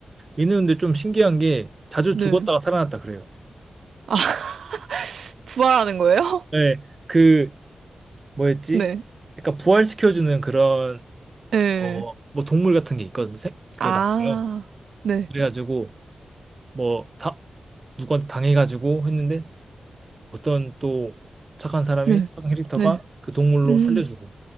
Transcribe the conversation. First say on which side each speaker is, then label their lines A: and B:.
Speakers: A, on the right; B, on the right.
A: 얘는 근데 좀 신기한 게 자주
B: 네.
A: 죽었다가 살아났다 그래요.
B: 아. 부활하는 거예요? <laughs>
A: 네, 그 뭐였지?
B: 네.
A: 약간 부활시켜주는 그런
B: 네,
A: 어 뭐 동물 같은 게 있거든요. 생- 그게
B: 아,
A: 나와요.
B: 네.
A: 그래가지고 뭐 다 누구한테 당해가지고 했는데 어떤 또 착한 사람이
B: 네.
A: 착한 캐릭터가
B: 네.
A: 그 동물로
B: 음.
A: 살려주고